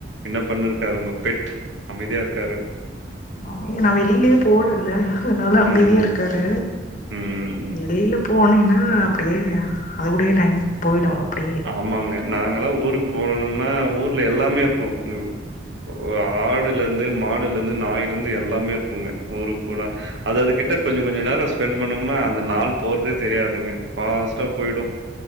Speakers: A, on the right; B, on the left.
A: என்ன பண்ணிருக்காரு உங்க பெட் அமைதியா இருக்காரு.
B: அ நா வெளிலியே போவுல அதுனால அமைதியா
A: ம்.
B: இருக்காரு
A: ம்.
B: வெளியில போனேன்னா அப்டியே அது கூடயே டைம் போய்டு அப்டியே.
A: ஆமாங்க நாங்கல்லா ஊருக்கு போணணும்னா ஊர்ல எல்லாமே இருக்கு வ் ஒ ஒ ஆடு லந்து மாடுலந்து நாயிலிந்து எல்லாமே இருக்குங்க ஊருக்கு போனா அததுக் கிட்ட கொஞ்சொ கொஞ்சொ நேரோ ஸ்பெண் பண்ணம்னா அந்த நாள் போறதே தெரியாதுங்க. பாஸ்ட்டா போயிடு